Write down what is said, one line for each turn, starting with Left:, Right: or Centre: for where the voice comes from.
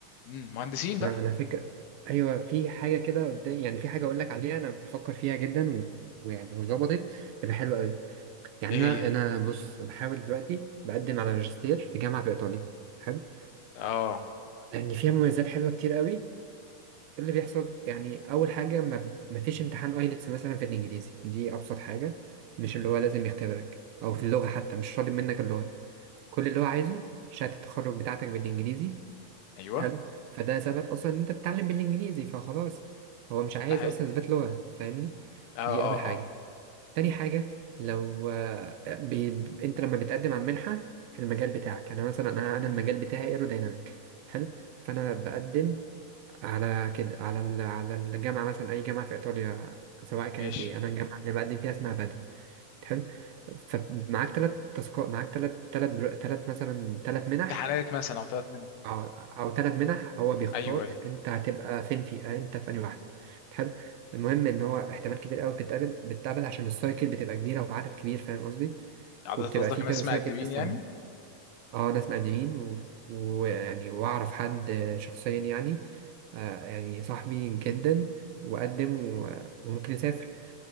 Left: مم، مهندسين بقى
Right: انا انا فكرة ايوه في حاجة كده قدام يعني في حاجة اقول لك عليها انا بفكر فيها جدا و... ويعني لو ظبطت تبقى حلوة قوي يعني
Left: ايه
Right: انا
Left: هي
Right: انا بص بحاول دلوقتي بقدم على ماجستير في جامعة في ايطاليا حلو
Left: اه
Right: لان فيها مميزات حلوة كتير قوي اللي بيحصل يعني اول حاجه ما ما فيش امتحان ايلتس مثلا في الانجليزي دي ابسط حاجه مش اللي هو لازم يختبرك او في اللغه حتى
Left: مم،
Right: مش طالب منك اللغه كل اللي هو عايزه شهاده التخرج بتاعتك بالانجليزي
Left: ايوه
Right: حلو فده ثبت اصلا ان انت بتتعلم بالانجليزي فخلاص هو مش عايز
Left: ده حقيقي
Right: اصلا اثبات لغه فاهمني
Left: اه
Right: دي
Left: اه
Right: اول حاجه
Left: اه
Right: تاني حاجه لو آه، بي... انت لما بتقدم على المنحه في المجال بتاعك انا مثلا انا أنا المجال بتاعي ايرودايناميك حلو فانا بقدم على كده على ال- على الجامعة مثلا أي جامعة في إيطاليا سواء كانت
Left: ماشي
Right: إيه أنا الجامعة اللي بقدم فيها اسمها بادو حلو فمعاك تلات تاسكات معاك تلات تلات برو- تلات مثلا تلات منح
Left: امتحانات مثلا او ثلاث من
Right: أو أو تلات منح هو بيختار
Left: ايوه أيوة.
Right: أنت هتبقى فين في آه، أنت في أنهي واحدة حلو المهم إن هو احتمال كبير أوي بتتقابل بتتقابل عشان السايكل بتبقى كبيرة وعدد كبير فاهم قصدي
Left: عدد
Right: وبتبقى
Left: قصدك
Right: فيه
Left: ناس
Right: كذا سايكل
Left: مؤدبين
Right: في السنة
Left: يعني
Right: اه ناس مقدمين و- ويعني واعرف حد شخصيا يعني آه يعني صاحبي جدا وقدم و- وممكن يسافر